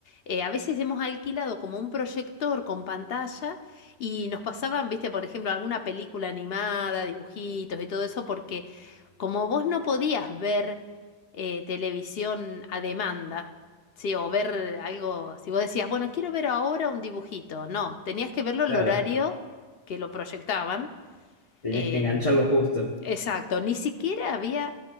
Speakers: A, on the left; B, on the left.
A: eh, a veces hemos alquilado como un proyector con pantalla y nos pasaban, viste, por ejemplo, alguna película animada, dibujitos y todo eso, porque como vos no podías ver eh, televisión a demanda, ¿sí? O ver algo, si vos decías, bueno, quiero ver ahora un dibujito, no, tenías que verlo al
B: Claro,
A: horario que lo proyectaban.
B: tenías
A: em,
B: que engancharlo justo.
A: Exacto, ni siquiera había,